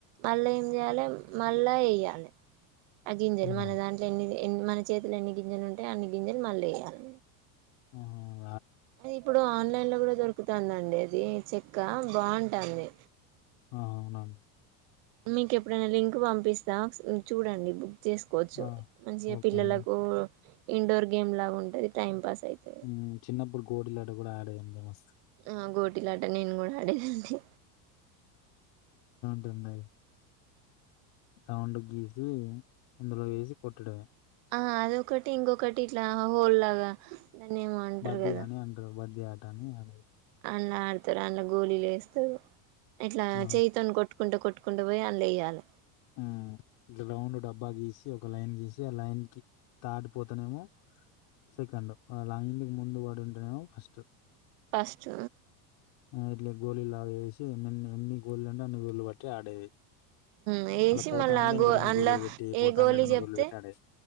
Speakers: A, on the right; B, on the left.
A: మళ్ళా ఏం చేయాలి మళ్ళా వేయాలి ఆ గింజలు
B: అవునా?
A: మన దాంట్లో ఎన్నిది ఎన్ని మన చేతిలు ఎన్ని గింజలు ఉంటాయి అన్ని గింజలు మళ్ళ వేయాలి
B: ఆహ
A: అది ఇప్పుడు ఆన్లైన్ లో కూడా దొరుకుతందండి ఉండేది చెక్క బాంటాంది.
B: ఆ అవునాన్
A: మీకు ఎప్పుడైనా లింక్ పంపిస్తా చూడండి బుక్ చేసుకోవచ్చు
B: ఆ!
A: మంచిగా
B: ఓకే
A: పిల్లలకు
B: అండి.
A: ఇండోర్ గేమ్ లాగా ఉంటది. టైం పాస్ అయితది
B: ఊ చిన్నప్పుడు గోటిల్లాట కూడా ఆడేదన్ది మస్త్
A: అ గోటి లాట నేను కూడా ఆడేదాన్ని.
B: టుందండి. రౌండ్ గీసి అందులో వేసి కొట్టడమే
A: ఆ అదొకటి ఇంకొకటి ఇట్లా హోల్ లాగా దాన్ని ఏమో అంటారు
B: బద్ది
A: కదా
B: యని అంటరు బద్ధి ఆటాని అడ్
A: అన్న ఆడతారు. అన్న గోలిలేస్తరు. ఇట్లా
B: ఆ!
A: చెయ్యితోని కొట్టు కొట్టుకుంటూ కొట్టుకుంటూ పోయి అందులో వేయాలా
B: ఊ గ్రౌండ్ డబ్బా గీసి ఒక ఒక లైన్ గీసి ఆ లైన్ కి దాటిపోతానేమో సెకండ్ ఆ లైన్ ముందు పడి ఉంటనేమో ఫస్ట్
A: ఫస్ట్
B: ఇట్ల గోళలు లాగా వేసి ఎన్నెన్ని ఎన్ని గోళీలు అంటే అన్ని గోళీలు బట్టి ఆడేది
A: వేసి
B: పోతాంటే
A: మళ్ళా ఆ
B: ఇంకో
A: గో అందులో
B: గోలీలు పెట్టి, పోతాంటే
A: ఏ గోలీ చెప్తే
B: గోలీలు పెట్టి ఆడేది.